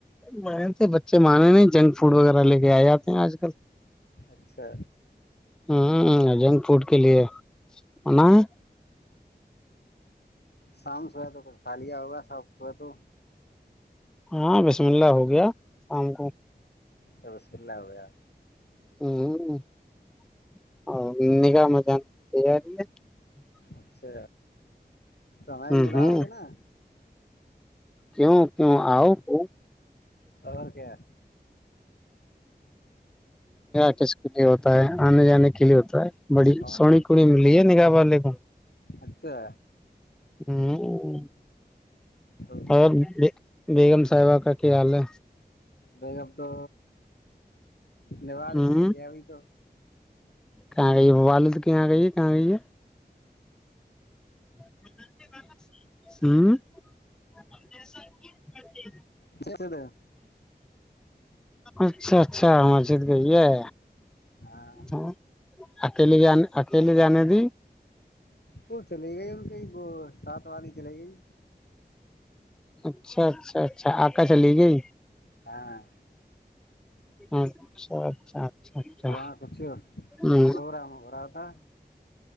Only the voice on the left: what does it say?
اچھا
شام صبح تو کچھ خالیا ہوگا شام صبح تو
چبسوللہ ہو ہے
اچھا تو ہمیں
بھی بلاؤ
گے نا
اور کیا
اور
کا
اچھا
تو
بیگ آپ تو نباز
میں گئی ہے ابھی تو
<unintelligible>
ہاں
وہ چلے گئے ان کی وہ سات والانی چل گئی
ہاں
وہاں کچھ
پروگرام ہو رہا ہوتا